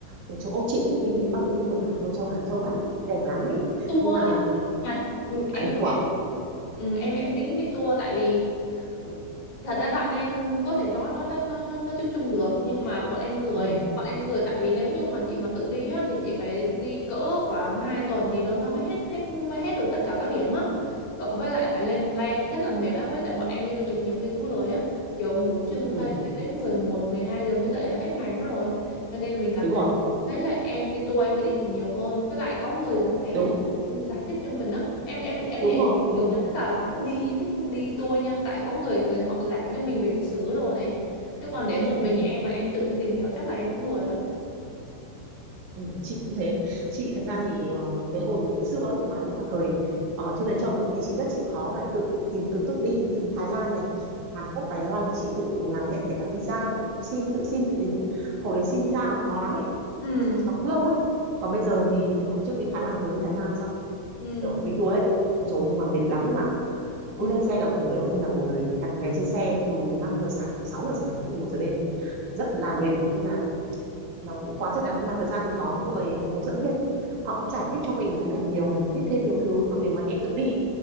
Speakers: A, on the right (about 40°); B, on the left (about 50°).
A: cái chỗ chị cũng thích đi Bắc Kinh Thượng Hải Tô Châu Hàng Châu lắm đẹp lắm ấy
B: Tour
A: nhưng mà
B: Mà, ừ, em
A: à lý
B: cũng
A: tưởng
B: Ừ, em em tính đi tour tại vì ừ, thật ra bạn em có thể nói nó nó nó nó nó chung chung được nhưng mà bọn em lười
A: ừ
B: bọn em lười tại vì nếu như mà chị mà tự đi á, thì chị phải đi cỡ khoảng 2 tuần thì nó nó mới hết hết mới hết được tất cả các điểm á cộng với lại phải lên plan rất là mệt á với tại bọn em đi du lịch nhiều khi cũng lười á kiểu ngủ trương thay
A: ừ
B: đến mười một mười hai giờ mới dậy là hết ngày mất rồi cho nên là mình cảm
A: đúng
B: thấy
A: rồi
B: thấy là em đi tour em sẽ đi được nhiều hơn với lại có người giải
A: đúng
B: giải thích cho mình á em em em
A: đúng
B: thì em
A: rồi đúng
B: kiểu
A: rồi
B: người rất là thích đi thích đi tour nha tại có người người họ giảng cho mình về lịch sử đồ này chứ còn để một mình
A: ừ,
B: em mà em tự đi tìm hiểu chắc là em cũng lười lắm
A: ừ. chị cũng thế chị thật ra thì ờ, cái hồi ngày xưa ấy, mà lúc mà thời ở trên lấy chồng ấy, thì chị rất chịu khó là tự tìm tự túc đi ví dụ Thái Lan này Hàn Quốc Đài Loan là chị tự làm hết kể cả visa tự xin tự xin tự đến hồi đấy xin visa nó khó lắm ấy
B: ừ
A: nó cũng lâu ấy còn bây giờ thì hôm trước đi Thái Lan vừa đi Thái Lan xong
B: ừ
A: kiểu đi tour hết ôi dồi nhưng mà mệt lắm ấy mà
B: ừ.
A: cứ lên xe là ngủ lên xe là ngủ rồi cả ngày trên xe từ năm giờ sáng từ 6 giờ sáng đến mười một giờ đêm rất là mệt nên là nó cũng quá dày đặc nhưng mà thật ra thì có người hướng dẫn viên ấy, họ cũng giải thích cho mình rất là nhiều và mình biết thêm nhiều thứ còn nếu mà em tự đi ý,